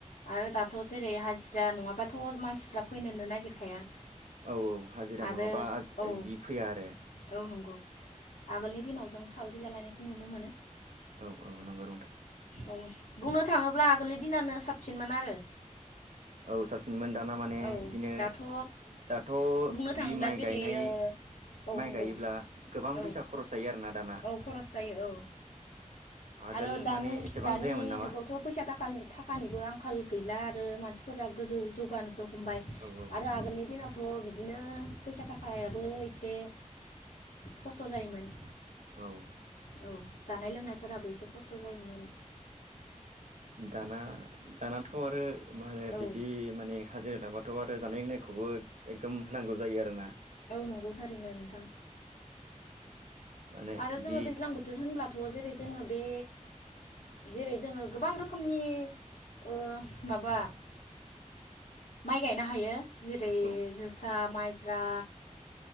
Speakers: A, on the left; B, on the right.
A: आरो दाथ' जेरै हाजिरा नङाबाथ' मानसिफ्रा फैनोनो नागिरखाया।
B: औ औ हाजिरा
A: आरो
B: नङाबा
A: औ
B: बिदि फैया आरो।
A: औ नंगौ आगोलनि दिनाव जों सावरि जालायनायखौ नुनो मोनोमोन।
B: औ औ नंगौ।
A: औ बुंनो थाङोब्ला आगोलनि दिनानो साबसिनमोन आरो
B: औ साबसिनमोन दाना माने
A: औ
B: बिदिनो
A: दाथ'
B: दाथ'
A: बुंनो थाङोब्ला
B: बि माइ
A: जेरै
B: गायनाय
A: ओ औ
B: माइ
A: नंगौ
B: गायोब्ला गोबां
A: औ
B: फैसा खरस जायो आरोना दाना।
A: औ खरस जायो औ
B: आगोल
A: आरो दानि
B: माने एसेबां
A: दानि
B: जायामोन नामा
A: जुगावथ' फैसा थाखालनि थाखानिबो आंखाल गैला आरो मानसिफोरा। गोजौ जौगानो हमबाय
B: औ औ
A: आरो
B: नंगौ
A: आगोलनि दिनावथ' दिनो फैसा थाखायाबो एसे खस्थ' जायोमोन।
B: औ
A: औ जानाय लोंनाय फोराबो एसे खस्थ' जायोमोन।
B: दाना दानाथ' आरो मा होनो
A: औ
B: बिदि माने हा लाबाथ' आरो जानाय लोंनायखौबो एकदम होनांगौ जायो आरोना।
A: औ नंगौ थारैनो नोंथां।
B: माने
A: आरो
B: बिदि
A: जोङो दैज्लां बोथोर होनब्लाथ' जेरै जोङो बे जेरै जोङो गोबां रोखोमनि ओ माबा माइ गायनो हायो। जेरै
B: औ
A: जोसा माइ ब्रा